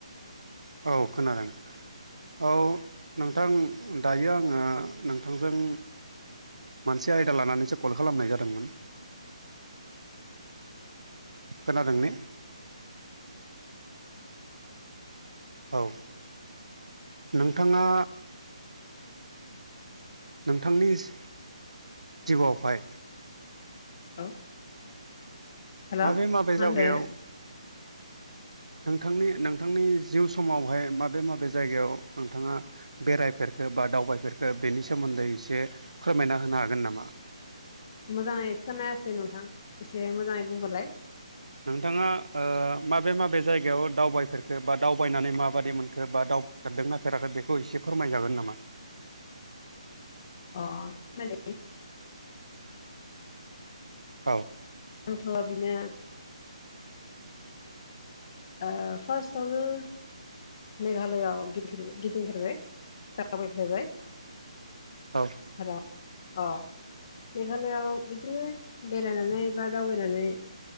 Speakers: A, on the right; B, on the left.
A: औ खोनादों। औ नोंथां दायो आङो नोंथांजों मोनसे आयदा लानानैसो कल खालामनाय जादोंमोन। खोनादों ने? औ नोंथाङा नोंथांनिस जिउआवहाय
B: <unintelligible> हेल' मा
A: माबे माबे
B: होनदो
A: जावगायाव नोंथांनि नोंथांनि जिउ समावहाय माबे माबे जायगायाव नोंथाङा बेरायफेरखो बा दावबायफेरखो बेनि सोमोन्दै एसे फोरमायना होनो हागोन नामा?
B: मोजाङै खोनायाखै नोंथां एसे मोजाङै बुंहरलाय।
A: नोंथाङा ओ माबे माबे जायगायाव दावबायफेरखो बा दावबायनानै माबायदि मोनखो बा दाव फेरदोंना फेराखै बेखौ एसे फोरमाय जागोन नामा?
B: अ <unintelligible>
A: औ
B: आंथ' बिनो ओ फास्टआवनो मेघालयआव गिदिं-गिदिंफेरबाय दावबायफेरबाय
A: औ
B: र' अ मेघालयआव बिदिनो बेरायनानै बा दावबायनानै